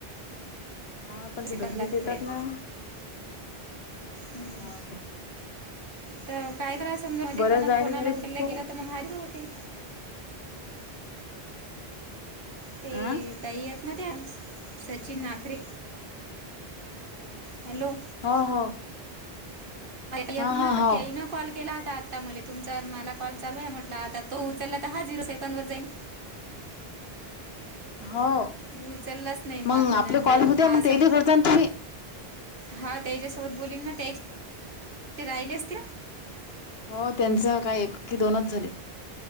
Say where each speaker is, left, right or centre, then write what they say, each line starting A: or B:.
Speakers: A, on the left (about 75°); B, on the right (about 55°).
A: हा पण
B: सेकंद
A: ते धरणी
B: दाखवून
A: देतात
B: राहिले
A: ना.
B: हम्म
A: हाव काय?
B: तर काय कराय समजा मध्ये
A: बऱ्याच
B: कोणा
A: बायका
B: फोन आला
A: झाले
B: उडला
A: तीस कॉल
B: गेला तर मग हारीर होते. ते
A: आ.
B: ताई हायत ना त्या सचिन नाकरे हॅलो!
A: हा हो!
B: येत
A: हा हा
B: ना तर
A: हो.
B: तेही ना <unintelligible> कॉल केला होता आता म तुमचा मला कॉल चालू आहे म्हटला आता तो उचलला तर हा झिरो सेकड वर जाईन.
A: हो.
B: मी उचललाच नाही
A: मग
B: म आता
A: आपले
B: नंतर
A: कॉल होऊ द्या
B: हा
A: मग तेले
B: सं.
A: करजा ना तुम्ही
B: हा त्याच्यासोबत बोललीन ना त्या <inaudible> ते राहिले असत.
A: हो त्यांचं काय एक की दोनच झाले.